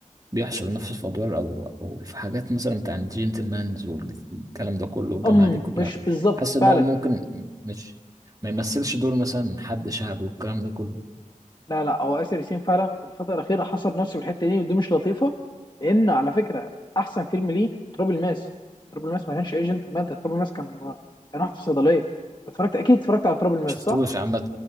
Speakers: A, on the right; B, on the left.
A: بيحشر نفسه في ادوار او او في حاجات مثلا بتاع الجنتلمانز والكلام ده كله والجماعة
B: ام
A: دي كلها
B: مش بالظبط
A: حاسس ان
B: فعلا
A: هو ممكن مش ما يمثلش دور مثلا حد شعبي والكلام ده كله
B: لا لا هو آسر ياسين فعلا الفترة الأخيرة حصر نفسه في الحتة دي ودي مش لطيفة لأن على فكرة أحسن فيلم ليه تراب الماس تراب الماس ما كانش ايجنت مادة تراب الماس كان كان واحد في صيدلية اتفرجت أكيد اتفرجت على تراب الماس
A: شفتوش
B: صح؟
A: عامة